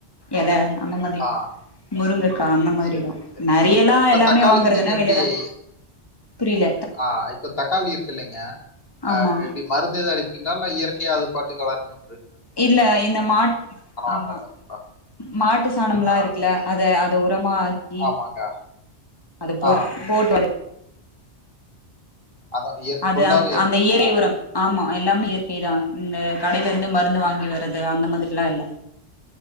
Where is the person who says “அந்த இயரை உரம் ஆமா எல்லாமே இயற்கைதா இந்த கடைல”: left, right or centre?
Left